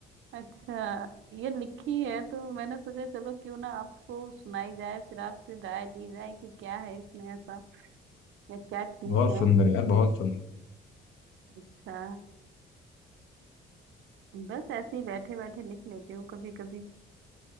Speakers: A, on the right; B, on the left.
A: अच्छा ये लिखी है तो मैंने सोचा चलो क्यों ना आपको सुनाई जाए फिर आपसे राय ली जाए कि क्या है इसमें ऐसा या क्या ठीक
B: बहुत
A: है
B: सुंदर यार बहुत सुंदर
A: अच्छा बस ऐसे ही बैठे बैठे लिख लेती हूँ कभी कभी